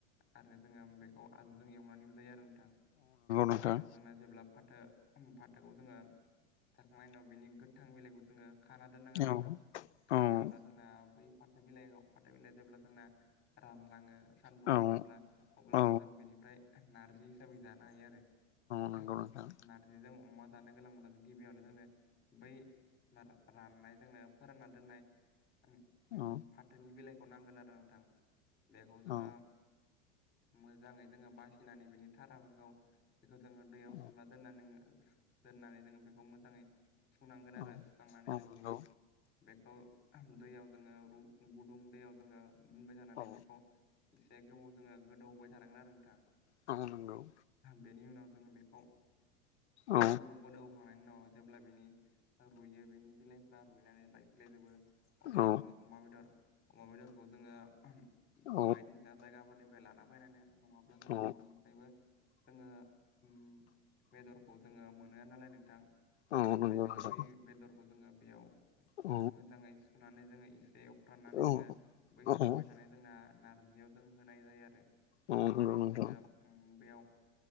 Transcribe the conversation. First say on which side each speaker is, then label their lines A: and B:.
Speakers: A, on the left; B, on the left.
A: आरो जोङो बेखौ आलुजों एवनानैबो जायो आरो नोंथां
B: नोंथां
A: बेनि उनाव जोंना जेब्ला फाथो फान्थोखौ जोङो जाखांनायनि उनाव बिनि गोथां बिलाइखौ जोङो खाना दोननांगोन आरो
B: औ
A: नोंथां खाना
B: औ
A: दोनब्ला
B: औ
A: जोंना बै फाथो बिलाइआव फाथो बिलाइ जेब्ला जोंना रानलाङो सान्दुंआव
B: औ
A: दोनब्ला अब्लानो
B: औ
A: जों बेनिफ्राय नारजि हिसाबै जानो हायो आरो
B: नंगौ
A: <unintelligible>
B: नोंथां
A: खारैजों अमा जानो गोलांब्ला जो‌ गिबियावनो जोंनो बै <unintelligible> राननाय जोंनो फोरानना दोननाय उम उम
B: औ
A: फाथोनि बेलाइखौ नांगोन आरो नोंथां बेखौ जोङो
B: औ
A: मोजाङै दोङो बासिनानै बिनि थाराफोरखौ बेखौ जोङो दैयाव
B: औ
A: सोमना दोनना नोङो दोननानै जोङो बेखौ मोजाङै सुनांगोन
B: औ
A: आरो सुखांनानै
B: औ
A: जों
B: नंगौ
A: बे बेखौ दैयाव जोङो रु गुदुं दैयाव जोङो दुनबाय थानानै
B: औ
A: बेखौ एसे गोबाव जोङो गोदौ होबाय थानांगोन आरो नोंथां।
B: मावनांगौ
A: बेनि उनाव जोङो बेखौ
B: औ
A: एसे गोबाव गोदौखांनायनि उनाव जेब्ला बिनि रुइयो बेनि बिलाइफ्रा रुइनानै बायफ्लेजोबो अब्ला
B: औ
A: जोङो अमा बेदर अमा बेदरखौ जोङो उम
B: औ
A: बायदिसिना जायगाफोरनिफ्राय लाना फैनानै नङाब्ला जोङो
B: औ
A: न'निफ्रायबो जोङो उम बेदरखौ जोङो मोनो नालाय नोंथां
B: औ
A: बेनिफ्राय
B: नंगौ
A: जोङो
B: नोंथां
A: बै बेदरखौ जोङो बेयाव
B: औ
A: मोजाङै सुनानै जोङो एसे फोराननानै
B: औ
A: जोङो बै
B: औ
A: संबाय
B: नंगौ
A: थानाय जोंना नारजियाव जों होनाय जायो आरो।
B: नोंथां औ
A: होखांनानैबो
B: नंगौ नोंथां औ नंगौ नोंथां
A: जोङो
B: औ
A: उम बेयाव